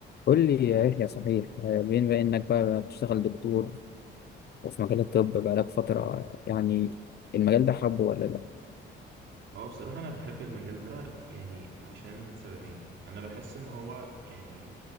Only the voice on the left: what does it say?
قول لي يا يحيى صحيح آه، بما انك بقى بتشتغل دكتور وفي مجال الطب بقالك فترة يعني المجال ده حبه ولا لا